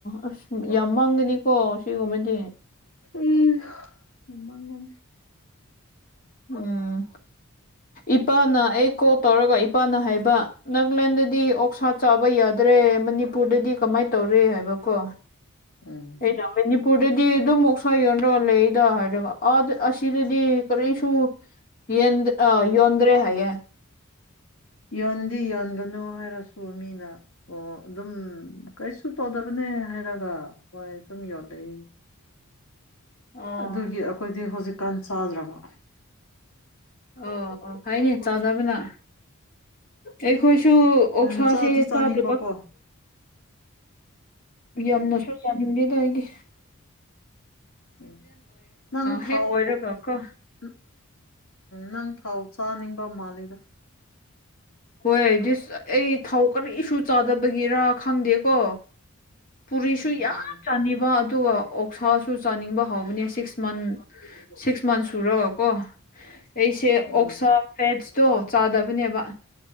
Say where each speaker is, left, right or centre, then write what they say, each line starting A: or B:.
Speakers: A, on the left; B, on the left.
A: ꯑꯁ ꯌꯥꯝ ꯃꯪꯒꯅꯤꯀꯣ ꯁꯤꯒꯨꯝꯕꯗꯤ
B: ꯎꯝ ꯃꯃꯥꯡꯒꯅꯦ
A: ꯎꯝ ꯏꯄꯥꯅ ꯑꯩ ꯀꯣꯜ ꯇꯧꯔꯒ ꯏꯄꯥꯅ ꯍꯥꯏꯕ ꯅꯅꯥꯒꯂꯦꯟꯗꯗꯤ ꯑꯣꯛꯁꯥ ꯆꯥꯕ ꯌꯥꯗ꯭ꯔꯦ ꯃꯅꯤꯄꯨꯔꯗꯗꯤ ꯀꯃꯥꯏꯅ ꯇꯧꯔꯦ ꯍꯥꯏꯕꯀꯣ
B: ꯎꯝ
A: ꯑꯩꯗ ꯃꯅꯤꯄꯨꯔꯗꯗꯤ ꯑꯗꯨꯝ ꯃꯣꯛꯁꯥ ꯌꯣꯟꯅ꯭ꯔꯒꯜ ꯂꯩꯦꯗ ꯍꯥꯏꯔꯒ ꯑꯗ ꯑꯁꯤꯗꯗꯤ ꯀꯔꯤ ꯁ ꯌ ꯌꯣꯗ꯭ꯔꯦ ꯍꯥꯏ
B: ꯌꯣꯟꯗꯤ ꯌꯣꯟꯒꯅꯨ ꯍꯥꯏꯔꯁꯨ ꯃꯤꯅ ꯑꯣ ꯑꯗꯨꯝ ꯀꯩꯁꯨ ꯇꯧꯗꯕꯅꯤ ꯍꯥꯏꯔꯒ ꯣꯏ ꯇꯝ ꯌꯣ ꯂꯩ
A: ꯑꯣ
B: ꯑꯗꯨꯒꯤ ꯑꯩꯈꯣꯏꯗꯤ ꯍꯧꯖꯤꯛꯀꯥꯟ ꯆꯥꯗ꯭ꯔꯕ
A: ꯑꯣ ꯑꯣ ꯐꯩꯅꯤ ꯆꯥꯗꯕꯅ ꯑꯩꯈꯣꯏ ꯁ ꯑꯣꯁꯥꯁꯦ
B: ꯎꯝ ꯆꯥꯗꯤ ꯆꯥꯅꯤꯡꯕꯀꯣ
A: ꯆꯗꯕꯦ ꯌꯥꯝꯅꯁꯨ
B: ꯎꯝ
A: ꯄꯥꯅꯤꯡꯗꯦꯗꯏꯗꯤ
B: ꯎꯝ ꯅꯪ ꯊꯥꯎ
A: ꯍꯦꯛ ꯑꯣꯏꯔꯒ ꯀꯣ
B: ꯎꯝ ꯅꯪꯊꯥꯎ ꯆꯥꯅꯤꯡꯕ ꯃꯥꯂꯦꯗ
A: ꯍꯣꯏ ꯗꯤꯁ ꯑꯩ ꯊꯥꯎ ꯀꯔꯤ ꯏꯁꯨ ꯆꯥꯗꯕꯒꯤꯔꯥ ꯈꯪꯗꯦꯀꯣ ꯄꯨꯔꯤꯁꯨ
B: ꯎꯝ
A: ꯌꯥꯝ ꯆꯥꯅꯤꯕ ꯑꯗꯨꯒ ꯑꯣꯛꯁꯥꯁꯨ ꯆꯥꯅꯤꯡꯕ ꯍꯧꯕꯅꯦ ꯁꯤꯛꯁ ꯃꯟ ꯁꯤꯛꯁ ꯃꯟꯁ ꯁꯨꯔꯒꯀꯣ ꯑꯩꯁꯦ
B: ꯎꯝ
A: ꯑꯣꯛꯁꯥ ꯐꯦꯠꯁꯇꯣ ꯆꯥꯗꯕꯅꯦꯕ